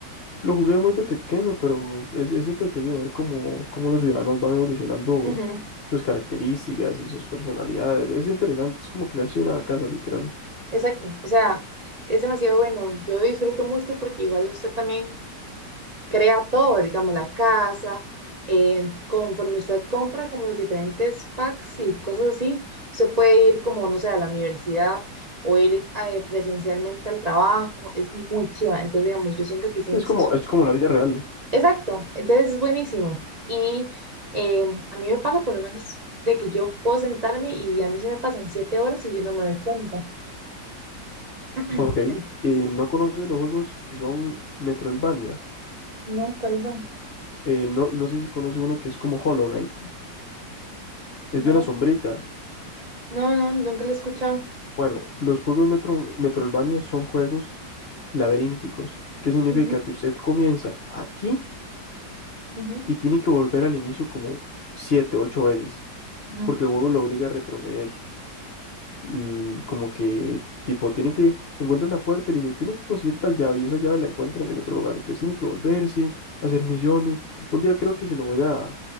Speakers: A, on the left (about 60°); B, on the right (about 85°).
A: Lo jugué muy de pequeño, pero es, es entretenido ver cómo, cómo los ciudadanos van evolucionando
B: Ujú.
A: sus características y sus personalidades. Es interesante, es como crearse una casa, literal.
B: Exacto, o sea, es demasiado bueno. Yo disfruto mucho porque igual usted también crea todo, digamos, la casa, eh, conforme usted compra como los diferentes packs y cosas así, usted puede ir como, no sé, a la universidad o ir eh, presencialmente al trabajo, es muy chiva. Entonces, digamos, yo siento que sí,
A: Es como,
B: es un...
A: es como la vida real.
B: Exacto, entonces es buenísimo. Y eh, a mí me pasa por lo menos de que yo puedo sentarme y a mí se me pasan siete horas y yo no me doy cuenta. <clears throat>
A: Ok, eh, ¿no conoces los juegos que son Metroidvania?
B: No, ¿cuáles son?
A: Eh, no, no sé si conoce uno que es como Hollow Knight. Es
B: No,
A: de una sombrita.
B: no, no, nunca lo he escuchado.
A: Bueno, los juegos Metro, Metroidvania son juegos laberínticos, que significa
B: Ujú,
A: que usted comienza aquí
B: ujú,
A: y tiene que volver al inicio como siete, ocho veces.
B: ujú.
A: porque el juego lo obliga a retroceder. l- Como que, tipo, tiene que encuentra una puerta y le dice, tiene que conseguir tal llave y esa llave la encuentra en el otro lugar. Entonces tiene que volverse, hacer misiones. Un día creo que se lo voy a,